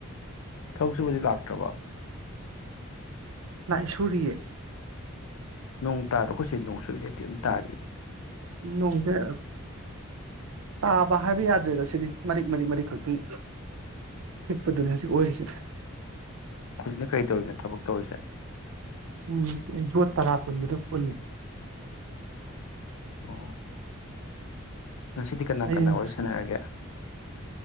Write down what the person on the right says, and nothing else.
ꯂꯥꯏ ꯁꯨꯔꯤꯌꯦ
ꯅꯣꯡꯁꯦ ꯇꯥꯕ ꯍꯥꯏꯕ ꯌꯥꯗ꯭ꯔꯦꯗ ꯁꯤꯗꯤ ꯃꯔꯤꯛ ꯃꯔꯤꯛ ꯃꯔꯤꯛ ꯈꯛꯇꯪ ꯆꯤꯛꯄꯗꯨꯅꯦ ꯍꯧꯖꯤꯛ ꯑꯣꯏꯔꯤꯁꯤꯗ
ꯎꯝ ꯌꯣꯠ ꯇꯔꯥ ꯄꯨꯟꯕꯗ ꯄꯨꯜꯂꯤ
ꯑꯩ